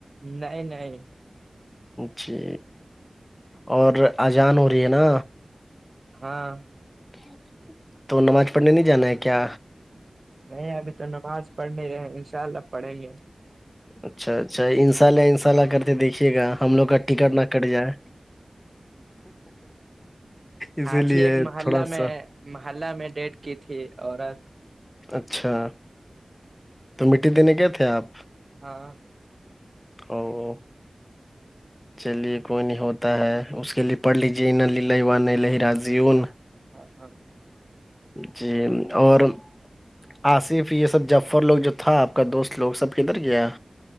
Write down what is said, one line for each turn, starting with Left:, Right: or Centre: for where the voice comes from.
Right: نہیں نہیں
Left: جی اور اجان ہو رہی ہے نا
Right: ہاں
Left: <inaudible> تو نماز پڑھنے نہیں جانا ہے کیا
Right: نہیں ابھی تو نماز پڑھ نہیں رہے ان شاء اللہ پڑھیں گے ہم
Left: اچھا اچھا انشاء اللہ انشاءلہ کرتے دیکھیے گا
Right: <inaudible>
Left: ہم لوگ کا ٹکٹ نہ کٹ جائے اسی
Right: آج
Left: لیے
Right: ہی ایک محلہ
Left: تھوڑا
Right: میں
Left: سا
Right: محلہ میں ڈیٹ کی تھی عورت
Left: اچھا تو مٹی دینے کیا تھے آپ
Right: ہاں
Left: <inaudible> چلیے کوئی نہیں ہوتا ہے اس کے لیے پڑھ لیجے و نہیں ل راضیون
Right: ہاں ہاںاں
Left: جی اور آصف یہ سب جفر لوگ جو تھا آپ کا دوست لوگ سب کدھر گیا